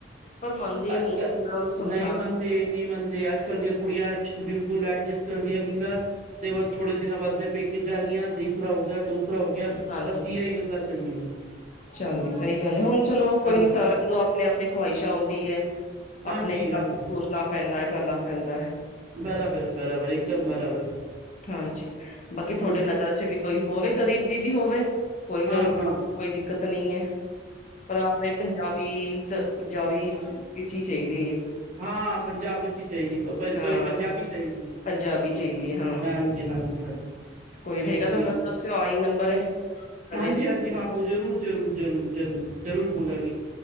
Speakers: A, on the left; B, on the right.
A: ਪਰ ਮੰਨਦੇ
B: ਅੱਜ
A: ਨਹੀਂ
B: ਕੱਲ
A: ਕਿ ਉਹਨਾਂ ਨੂੰ ਸਮਝਾ
B: ਨਹੀਂ ਮੰਨਦੇ ਨਹੀਂ, ਮੰਨਦੇ ਅੱਜ ਕੱਲ੍ਹ ਦੀਆਂ ਕੁੜੀਆਂ ਬਿਲਕੁਲ ਐਡਜਸਟ ਕਰਦੀਆਂ ਨੀ ਗ। ਤੇ ਅਦ ਥੋੜੇ ਦਿਨਾਂ ਬਾਦ ਮੈਂ ਪੈਕੇ ਜਾ ਜਾਣੀ ਆ ਤੀਸਰਾ ਹੋ ਗਿਆ। ਦੂਸਰਾ ਹੋ ਗਿਆ।
A: ਹਾਂਜੀ
B: ਬਸ ਇ ਹੀ ਗੱਲਾਂ ਚੱਲਦੀਆਂ।
A: ਚੱਲਦੀ। ਸਹੀ ਗੱਲ ਹੈ ਹੁਣ ਚਲੋ ਕੋਈ
B: ਹਾਂਜੀ
A: ਨੀ ਸਾਰਿਆਂ ਨੂੰ ਆਪਣੇ ਆਪਣੇ ਖਵਾਹਿਸ਼ਾਂ ਆਉਂਦੀ ਹੈ।
B: ਹਾਂਜੀ
A: ਆਪਣੇ
B: ਹਾਂਜੀ
A: ਸੋਚਣਾ ਪੈਂਦਾ ਹੈ। ਕਰਨਾ ਪੈਂਦਾ ਹੈ।
B: ਬਰਾਬਰ ਬਰਾਬਰ ਇੱਕਦਮ ਬਰਾਬਰ
A: ਹਾਂਜੀ। ਬਾਕੀ ਤੁਹਾਡੇ
B: ਹਮ
A: ਨਜ਼ਰ ਵੀ ਕੋਈ ਹੋਵੇ ਗ਼ਰੀਬ ਦੀ ਵੀ ਹੋਵੇ। ਕੋਈ
B: ਹਾਂ,
A: ਗੱਲ ਨੀ
B: ਹਮ।
A: ਕੋਈ ਦਿੱਕਤ ਨਹੀਂ ਹੈ। ਪਰ ਆਪਣੇ ਪੰਜਾਬੀ ਤਾਂ ਪੰਜਾਬੀ ਵਿੱਚ ਹੀ ਚਾਹੀਦੇ ਹੈ।
B: ਹਾਂ, ਪੰਜਾਬੀ ਚ' ਹੀ ਚਾਹੀ
A: ਹਾਂ
B: ਸੋਰੀ ਪੰਜਾਬੀ ਚਾਹੀਦੀ ਹੈ।
A: ਪੰਜਾਬੀ ਚਾਹੀਦੀ ਹੈ ਹਾਂ
B: ਹਾਂਜੀ। ਹਾਂਜੀ- ਹਾਂਜੀ -ਹਾਂਜੀ।
A: ਕੋਈ ਰਹੇਗਾ
B: ਠੀਕ
A: ਤਾਂ ਮੈਨੂੰ
B: ਹੈ
A: ਦੱਸਿਓ ਆਈ ਨੰਬਰ ਕਦੇ
B: ਹਾਂਜੀ
A: ਵੀ।
B: ਹਾਂਜੀ ਹਾਂ, ਬੋ ਜ਼ਰੂਰ- ਜ਼ਰੂਰ- ਜ਼ਰੂਰ- ਜ਼ਰੂਰ- ਜ਼ਰੂਰ ਬੋਲਾਂਗੇ।